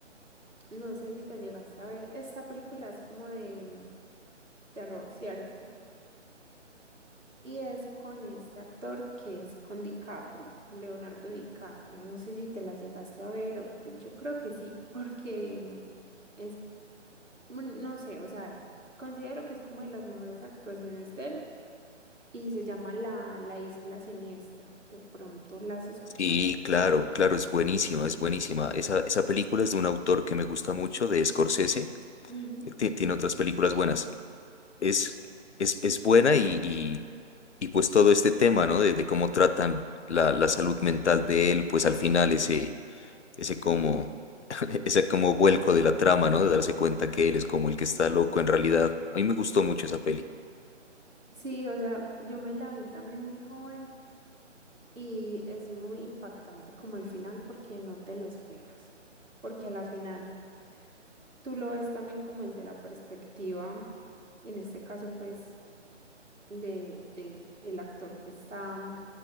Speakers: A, on the right; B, on the left.
A: no sé si te llegaste a ver, esta película es como de mm, terror, ¿cierto? Y es con este actor que es con DiCaprio, con Leonardo DiCaprio. No sé si te la llegaste a ver, o- pues yo creo que sí, porque mm, es Mm, No sé, o sea, es- considero que es como de las mejores actuaciones de él y se llama La, la Isla Siniestra. De pronto la has escuchado.
B: Sí, claro, claro, es buenísima, es buenísima. Esa, esa película es de un autor que me gusta mucho, de Scorsese.
A: Ujú.
B: que ti- Tiene otras películas buenas. es, es, es buena y, y, y pues todo este tema, ¿no? De, de cómo tratan la, la salud mental de él, pues al final ese, ese como, <laughs> ese como vuelco de la trama, ¿no? De darse cuenta que él es
A: Mm.
B: como el que está loco en realidad. A mí me gustó mucho esa peli.
A: Sí, o sea, yo me la vi también muy joven y es muy impactante como el final porque no te lo esperas. Porque a la final tú lo ves también como desde la perspectiva, en este caso pues de, de el actor que está mm,